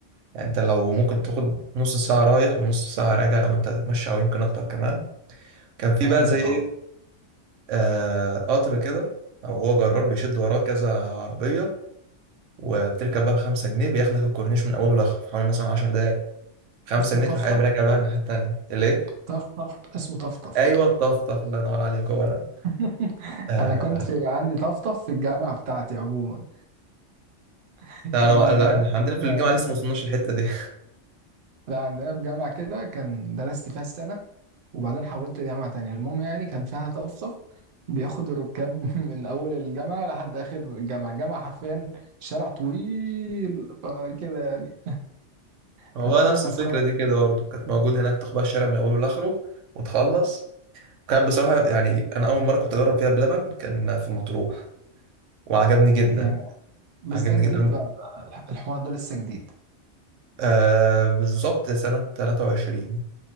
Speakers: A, on the right; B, on the right.
A: يعني انت لو ممكن تاخد نص ساعه رايح ونص ساعه راجع لو انت هتتمشى او يمكن اكتر كمان كان في
B: فهمتك
A: بقى زي ايه
B: اه
A: آه قطر كده او هو جرار بيشد وراه كذا عربيه وبتركب بقى بخمسة جنيه بياخدك الكورنيش من اوله لاخره في حوالي مثلا 10 دقايق خمسة
B: اسمه
A: جنيه
B: طفطف
A: تروح قايم راجع بقى الناحيه التانيه ليه؟
B: طفطف اسمه طفطف
A: ايوه الطفطف الله ينور عليك هو ده
B: <laughs>
A: آه
B: انا كنت عندي طفطف في الجامعه بتاعتي عموما <laughs>
A: لا
B: كان
A: انا لا،
B: الجامعه
A: إحنا عندنا في
B: بتاعتنا
A: الجامعه لسه ما وصلناش للحته دي
B: لا عندنا في جامعه كده كان درست فيها السنه وبعدين حولت لجامعه تانية المهم يعني كان فيها طفطف بياخد الركاب <laughs> من اول الجامعه لحد اخر الجامعه الجامعه حرفيا شارع طويل آه، كده يعني
A: هو
B: كانت
A: بقى
B: حاجه
A: نفس
B: مسخره
A: الفكرة دي كده برضه كانت موجود هناك تاخد بقى الشارع من أوله لآخره وتخلص كان بصراحة يعني أنا أول مرة كنت أجرب فيها بلبن كان في مطروح وعجبني جدا
B: هي بس
A: عجبني
B: ده جديد
A: جدا
B: بقى بقى الحوار ده لسه جديد
A: آه بالظبط سنة 23